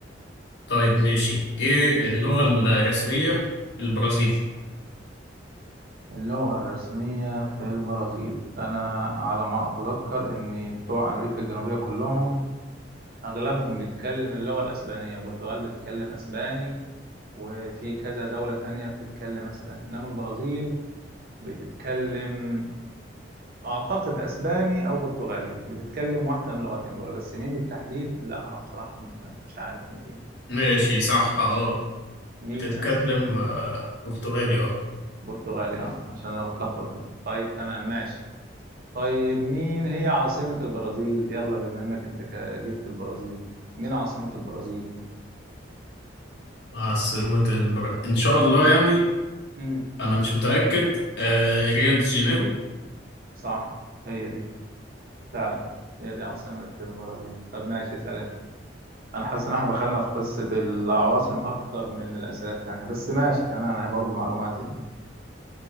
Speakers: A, on the left; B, on the right.
A: طيب ماشي ايه اللغة الرسمية في البرازيل
B: اللغة الرسمية في البرازيل أنا على ما أتذكر إن بتوع أمريكا الجنوبية كلهم أغلبهم بيتكلم اللغة الأسبانية البرتغال بتتكلم أسباني وفي كذا دولة تانية بتتكلم أسباني إنما البرازيل بتتكلم أعتقد أسباني أو برتغالي بتتكلم واحدة من اللغتين دول بس مين بالتحديد لا أنا بصراحة م- مش عارف مين فيهم
A: ماشي صح اه
B: مين
A: بتتكلم
B: أس
A: آه، برتغالي اه
B: برتغالي أه عشان أنا بتلخبط بينهم طيب تمام ماشي طيب مين هي عاصمة البرازيل يلا بما إنك أنت ك- جبت البرازيل مين عاصمة البرازيل
A: عاصمة البرازيل ان شاء الله يعني
B: امم
A: انا مش متأكد آه ريو دي جانيرو
B: صح هي دي فعلا هي دي عاصمة البرازيل طب ماشي اسأل أنت أنا حاسس إن إحنا دخلنا في قصة العواصم أكتر من الأسئلة التانية بس ماشي تمام هي برضو معلومات يعني